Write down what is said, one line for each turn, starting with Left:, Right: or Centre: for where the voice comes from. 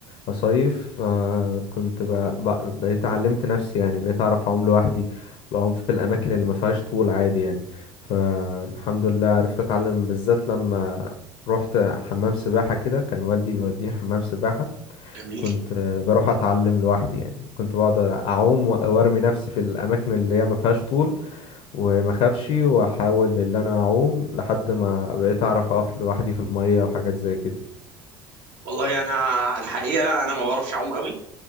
Left: اصيف آه، كنت ب... ب... بقيت علمت نفسي يعني بقيت اعرف اعوم لوحدي بعوم في الاماكن اللي ما فيهاش طول عادي يعني فالحمد لله عرفت اتعلم بالذات لما رحت حمام سباحه كده كان والدي بيوديني حمام سباحه
Right: جميل
Left: كنت آه، بروح اتعلم لوحدي يعني كنت بقعد اعوم و- وارمي نفسي في الاماكن اللي هي ما فيهاش طول وما اخافش واحاول ان انا اعوم لحد ما بقيت اعرف اقف لوحدي في الميه وحاجات زي كده
Right: والله انا الحقيقه انا ما بعرفش اعوم قوي